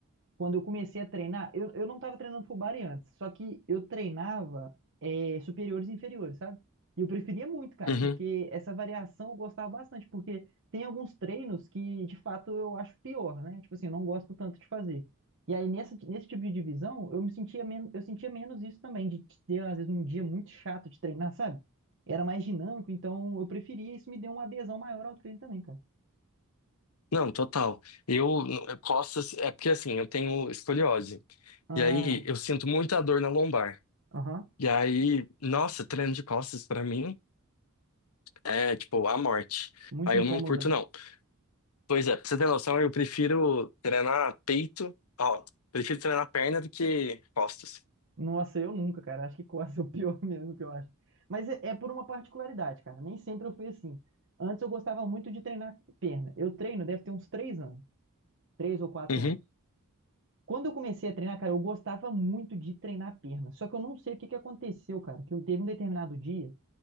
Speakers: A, on the right (about 55°); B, on the left (about 75°).
A: quando eu comecei a treinar, eu, eu não estava treinando full body antes, só que eu treinava eh, superiores e inferiores, sabe? E eu preferia muito, cara,
B: Uhum.
A: porque essa variação eu gostava bastante, porque tem alguns treinos que de fato eu acho pior, né? Tipo assim, eu não gosto tanto de fazer. E aí nessa, nesse tipo de divisão, eu me sentia menos, eu sentia menos isso também, de ter às vezes um dia muito chato de treinar, sabe? Era mais dinâmico, então eu preferia, isso me deu uma adesão maior ao treino também, cara.
B: Não, total. Eu, eu posso, é porque assim, eu tenho escoliose.
A: Ah,
B: E aí eu sinto muita dor na lombar.
A: aham.
B: E aí, nossa, treino de costas pra mim é tipo a morte.
A: Muito
B: Aí
A: incômodo,
B: eu não curto,
A: né?
B: não. Pois é, pra você ter noção, eu prefiro treinar peito, ó, prefiro treinar perna do que costas.
A: Nossa, eu nunca, cara. Acho que quase é o pior <laughs> mesmo que eu acho. Mas é, é por uma particularidade, cara. Nem sempre eu fui assim. Antes eu gostava muito de treinar perna. Eu treino, deve ter uns três anos, três ou quatro
B: Uhum.
A: anos. Quando eu comecei a treinar, cara, eu gostava muito de treinar perna. Só que eu não sei o que que aconteceu, cara. Que eu- teve um determinado dia